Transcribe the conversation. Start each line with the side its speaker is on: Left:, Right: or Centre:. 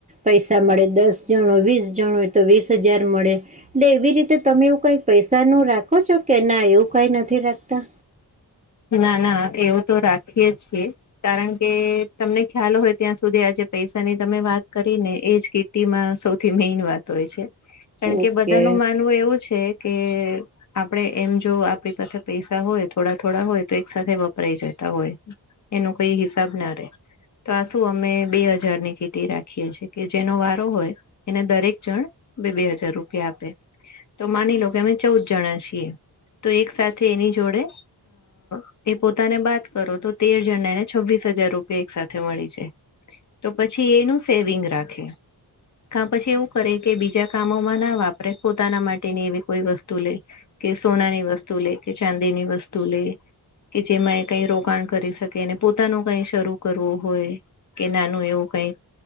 Right: પૈસા મળે દસ જણો વીસ જણોય તો વીસ હજાર મળે એવી રીતે તમે એવું કઈક પૈસા નું રાખો. ક છો કે ના એવું કઈ નથી રાખતા.
Left: ના ના એવું તો રાખીએ જ છીએ કારણ કે તમને ખ્યાલ હોય. ત્યાં સુધી આજે પૈસા ની તમે વાત કરી ને એ જ કીટી માં સૌથી મેઈન વાત. હોય છે કારણ કે
Right: ઓકે
Left: બધા ન માનવું એવું છે કે આપડે એમ જો આપણી પાસે પૈસા હોય થોડા થોડા હોય તો એક સાથે વપરાય જતા હોય એનો કોઈ હિસાબ ના રહે, તો આ શું અમે બે હજાર ની કિટી રાખીએ છીએ કે જેનો વારો હોય, એને દરેક જણ બે બે હજાર રૂપિયા આપે તો માની લો કે અમે ચૌદ જણા છીએ. તો એક સાથે એની જોડે અ એ પોતાને બાત કરો તો તેર જણા એને છવ્વીસ હજાર રૂપિયા એક સાથે મળી જાય. તો પછી એનું સેવિંગ રાખે. કા પછી એવું કરે કે બીજા કામોમાં ના વાપરે પોતાના માટેની એવી કોઈ વસ્તુ લે. કે સોનાની વસ્તુ લે કે ચાંદીની વસ્તુ લે કે જેમાં એ કઈ રોકાણ કરી શકે અને પોતાનું કઈ શરૂ કરવું હોય. કે નાનું એવું કઈક